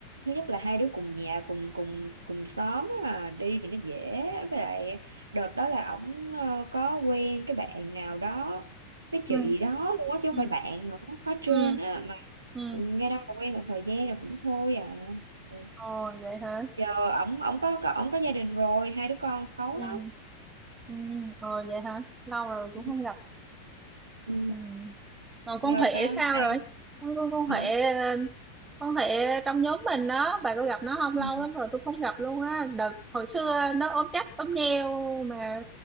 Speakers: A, on the right (about 75°); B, on the right (about 15°).
A: thứ nhất là hai đứa cùng nhà cùng cùng cùng xóm á, à, đi thì nó dễ với lại đợt đó là ổng ờ, có quen cái bạn nào đó cái chị
B: ừ
A: đó luôn á chứ không
B: ừ
A: phải bạn nữa khó trên
B: ừ
A: á mà
B: ừ
A: nghe đâu là quen một thời gian rồi cũng thôi à Ừ.
B: ồ vậy hả
A: giờ ổng ổng có có- ổng có gia đình rồi hai đứa con khấu
B: ừ
A: lắm
B: ừ ừ, ồ vậy hả lâu rồi cũng
A: ừ.
B: không gặp
A: ừ,
B: ừ còn con
A: giờ
B: Huệ
A: sao
B: sao
A: đây
B: rồi con con con Huệ
A: hả
B: ờ, con Huệ trong nhóm mình đó bà có gặp nó không lâu
A: Ừ.
B: lắm rồi tôi không gặp luôn á đợt hồi xưa nó ốm chắc ốm nheo mà